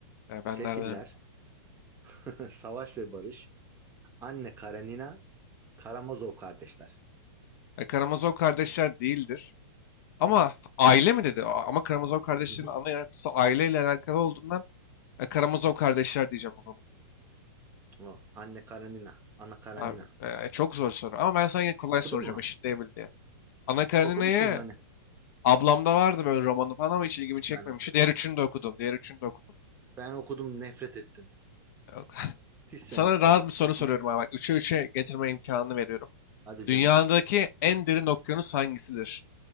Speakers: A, on the left; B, on the right.
A: Yani ben
B: Sefiller,
A: nereden bileyim.
B: <laughs> Savaş ve Barış, Anne Karanina, Karamazov kardeşler.
A: Ya Karamazov kardeşler değildir. Ama
B: Hı hı.
A: aile mi dedi? A- Ama Karamazov kardeşlerin
B: Hı hı.
A: ana yapısı aileyle alakalı olduğundan E, Karamazov kardeşler diyeceğim o zaman.
B: O, Anne Karanina, Ana Karanina.
A: Abi, e, çok zor soru. Ama ben sana yine kolay
B: Okudun
A: soracağım
B: mu?
A: eşitleyebil diye. Anna Karenina'yı
B: Okumuş muydun anne?
A: ablamda vardı böyle romanı falan ama hiç ilgimi çekmemişti.
B: Ben okudum.
A: Diğer üçünü
B: ya.
A: de okudum. Diğer üçünü de okudum.
B: Ben okudum, nefret ettim.
A: Yok. <laughs>
B: Hiç sevmedim.
A: Sana rahat bir soru soruyorum
B: Git.
A: abi. Bak 3'e 3'e getirme imkanını veriyorum.
B: Hadi
A: Dünyadaki
B: canım.
A: en derin okyanus hangisidir?